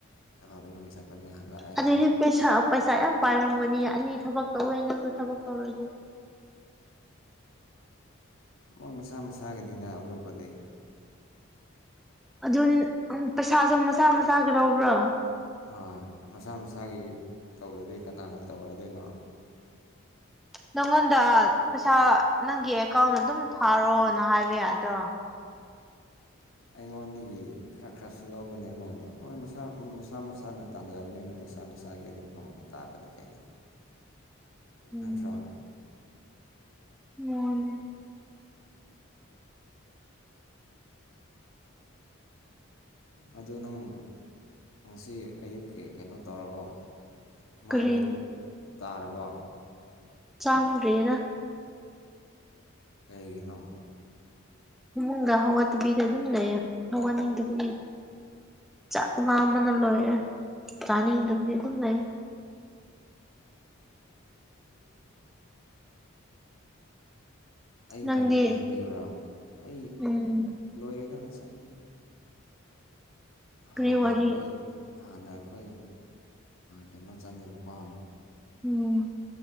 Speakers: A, on the left; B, in the centre.
A: ꯊꯕꯒ ꯂꯨꯨꯝ ꯆꯠꯄꯅꯦ ꯍꯂꯛꯑꯦ
B: ꯑꯗꯨꯗꯤ ꯄꯩꯁꯥ ꯄꯩꯁꯥ ꯌꯥꯝ ꯄꯥꯏꯔꯝꯒꯅꯤ ꯑꯅꯤ ꯊꯕꯛ ꯇꯧꯋꯦ ꯅꯪꯗꯣ ꯊꯕꯛ ꯇꯧꯔꯒ
A: ꯃꯣꯏ ꯃꯁꯥ ꯃꯁꯥꯒꯤꯅꯤꯅ ꯑꯗꯨꯕꯨꯗꯤ
B: ꯑꯗꯨꯅꯤ ꯄꯩꯁꯥꯁꯨ ꯃꯁꯥ ꯃꯁꯥꯒꯤ ꯂꯧꯕ꯭ꯔꯥ
A: ꯍꯣꯏ ꯃꯁꯥ ꯃꯁꯥꯒꯤ ꯇꯧꯔꯗꯤ ꯀꯅꯥꯅ ꯇꯧꯔꯗꯣꯏꯅꯣ
B: ꯅꯪꯉꯣꯟꯗ ꯄꯩꯁꯥ ꯅꯪꯒꯤ ꯑꯦꯀꯥꯎꯟ ꯑꯗꯨꯝ ꯊꯥꯔꯣꯅ ꯍꯥꯏꯕ ꯌꯥꯗ꯭ꯔꯣ
A: ꯑꯩꯉꯣꯟꯗꯒꯤ ꯈꯔ ꯈꯔꯁꯨ ꯂꯧꯕꯅꯦ ꯃꯣꯏꯗꯣ ꯍꯣꯏ ꯃꯁꯥ ꯃꯁꯥ ꯃꯁꯥꯅ ꯇꯥꯟꯖꯕꯅꯤꯅ ꯃꯁꯥ ꯃꯁꯥꯒꯤ ꯑꯗꯨꯝ ꯐꯪꯕ ꯇꯥꯕꯅꯦ ꯀꯩꯅꯣ
B: ꯎꯝ
A: ꯅꯠꯇ꯭ꯔꯣ
B: ꯃꯥꯅꯦ
A: ꯑꯗꯨ ꯅꯪ ꯉꯁꯤ ꯑꯌꯨꯛꯀꯤ ꯀꯩꯅꯣ ꯇꯧꯔꯕꯣ ꯃꯥꯏꯃꯤꯠ
B: ꯀꯔꯤ
A: ꯇꯥꯔꯕꯣ
B: ꯆꯥꯝꯗ꯭ꯔꯤꯗ
A: ꯀꯩꯒꯤꯅꯣ
B: ꯏꯃꯨꯡꯗ ꯍꯧꯒꯠꯇꯕꯤꯗ ꯑꯗꯨꯝ ꯂꯩ ꯍꯧꯒꯠꯅꯤꯡꯗꯕꯒꯤ ꯆꯥꯛ ꯂꯥꯝꯕꯅ ꯂꯣꯏꯔꯦ ꯆꯥꯅꯤꯡꯗꯕꯒꯤ ꯑꯗꯨꯝ ꯂꯩ
A: ꯍꯦ ꯑꯩ
B: ꯅꯪꯗꯤ
A: ꯋꯥꯔꯤ ꯑꯃ ꯍꯥꯏꯕꯤꯌꯨꯔꯥ ꯑꯩ
B: ꯎꯝ
A: ꯂꯣꯏꯔꯦꯗ ꯉꯁꯥꯏꯅ
B: ꯀꯔꯤ
A: ꯍꯥꯟꯅ
B: ꯋꯥꯔꯤ
A: ꯑꯩꯈꯣꯏ ꯍꯥꯟꯅ ꯑꯩꯈꯣꯏ ꯀꯩꯅꯣ ꯆꯠꯂꯦꯕꯀꯣ
B: ꯎꯝ